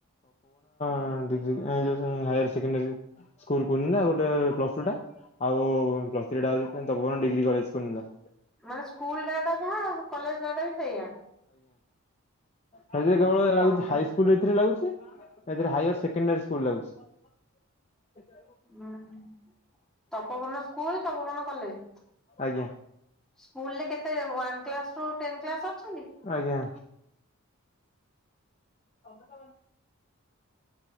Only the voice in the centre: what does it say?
ମାନେ ସ୍କୁଲ ନାଁଟା ଯାହା କଲେଜ ନାଁଟା ବି ସେଇଆା
ଓହୋ
ହୁଁ ତପୋବନ ସ୍କୁଲ ତପୋବନ କଲେଜ
ସ୍କୁଲ ରେ କେତେ ୱାନ କ୍ଲାସ ରୁ ଟେନ କ୍ଲାସ ଅଛନ୍ତି?